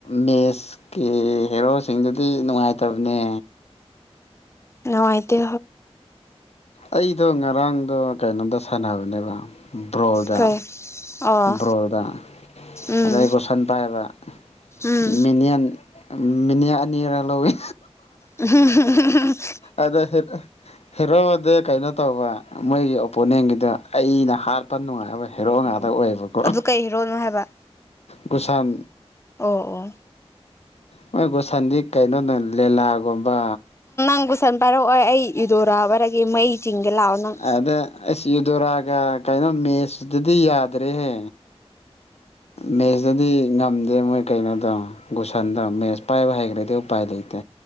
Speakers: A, on the left; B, on the left.
A: ꯃꯦꯁꯀꯤ ꯍꯦꯔꯣꯁꯤꯡꯗꯨꯗꯤ ꯅꯨꯡꯉꯥꯏ ꯇꯅꯦ
B: ꯉꯥꯏꯇꯣ
A: ꯑꯩꯗꯣ ꯉꯔꯥꯡꯗꯣ ꯀꯩꯅꯣꯝꯗ ꯁꯥꯟꯅꯕꯅꯦꯕ ꯕ꯭ꯔꯣꯜꯗ
B: ꯀꯩ ꯑꯣ
A: ꯔꯣꯗꯥ
B: ꯎꯝ
A: ꯑꯗ ꯑꯩꯒꯣꯁꯟ ꯄꯥꯏꯕ
B: ꯎꯝ
A: ꯃꯤꯅꯤꯌꯥꯟ ꯃꯤꯅꯤ ꯑꯅꯤꯔꯥ ꯂꯧꯋꯤ
B: ꯍ
A: ꯑꯗ ꯐꯔ ꯍꯦꯔꯣꯗꯤ ꯀꯩꯅꯣ ꯇꯧꯕ ꯃꯣꯏꯒꯤ ꯑꯣꯄꯣꯅꯦꯟꯒꯤꯗꯣ ꯑꯩꯅ ꯍꯥꯠꯄ ꯅꯨꯡꯉꯥꯏꯕ ꯍꯦꯔꯣ ꯉꯥꯛꯇ ꯑ ꯗ ꯑꯣꯏꯌꯦꯕꯀꯣ
B: ꯑꯗꯨ ꯀꯩ ꯍꯦꯔꯣꯅꯣ ꯍꯥꯏꯕ
A: ꯒꯨꯁꯥꯟ
B: ꯑꯣ ꯑꯣ
A: ꯃꯣꯏ ꯒꯣꯁꯟꯗꯤ ꯀꯩꯅꯣꯗ ꯂꯤꯦꯂꯥꯒꯨꯝꯕ
B: ꯀꯕꯨꯁꯟ ꯄꯥꯏꯔꯛꯑꯣꯏ ꯑꯩ ꯏꯗꯣꯔꯥꯕꯔꯒꯦ ꯃꯩ ꯆꯤꯡꯒꯦ ꯂꯥꯛꯑꯣ ꯅꯪ
A: ꯑꯗ ꯁꯤꯗꯨꯔꯒ ꯀꯩꯅꯣ ꯃꯦꯠꯁꯇꯗꯤ ꯌꯥꯗ꯭ꯔꯦꯍꯦ ꯃꯦꯠꯁꯇꯗꯤ ꯉ ꯑ ꯃꯣꯏ ꯀꯩꯅꯣꯗ ꯒꯨꯁꯟꯗ ꯃꯦꯠꯁ ꯄꯥꯏꯕ ꯍꯩꯈ꯭ꯔꯗꯤ ꯎꯄꯥꯏ ꯂꯩꯇꯦ